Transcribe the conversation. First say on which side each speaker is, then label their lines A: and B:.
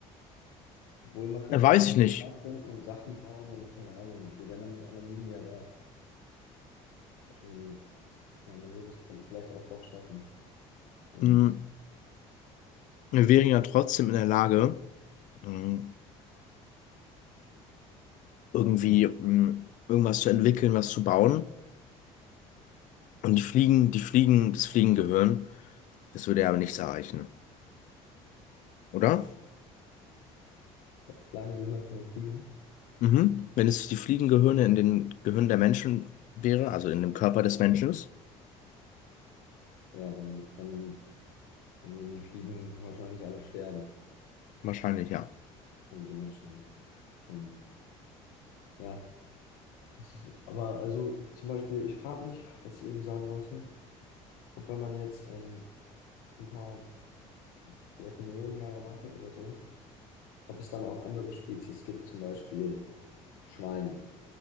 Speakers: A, on the left; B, on the left.
A: Obwohl, man könnte
B: Äh, Weiß
A: halt so
B: ich
A: viel
B: nicht.
A: nachdenken und Sachen bauen und keine Ahnung, wir wären dann alle Mini, aber ähm, ja, man würde es vielleicht auch doch schaffen. Ähm,
B: Mhm. Wir wären ja trotzdem in der Lage, mhm, irgendwie mhm, irgendwas zu entwickeln, was zu bauen. Und die Fliegen, die Fliegen, das Fliegengehirn Das würde ja aber nichts erreichen, oder?
A: das kleine Gehirn von den Fliegen,
B: Mhm. Wenn es die Fliegengehirne in den Gehirn der Menschen wäre, also in dem Körper des Menschen,
A: ja, dann, dann, dann würden die Fliegen wahrscheinlich alle sterben,
B: wahrscheinlich ja.
A: also die Menschen halt. Ähm, ja, es ist- aber also zum Beispiel, ich frage mich, was ich eben sagen wollte, ob wenn man jetzt ähm, ein paar, vielleicht eine Million Jahre wartet oder so, ob es dann auch andere Spezies gibt, zum Beispiel Schweine,